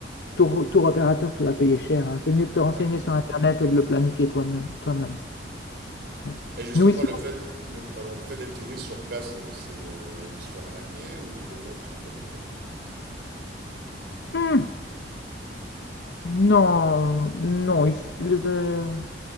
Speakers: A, on the left; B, on the right.
A: tour, tour opérateur, tu vas payer cher. hein. C'est mieux de te renseigner
B: Ouais.
A: sur Internet et de le planifier toi-même. Toi-même. Ouais.
B: Et justement,
A: Nous ici,
B: le fait, le, pardon, le fait d'être touriste sur place, c'est on se fait arnaquer ou il vaut mieux être accompagné de quelqu'un.
A: hmm, non, non. ils- les, euh,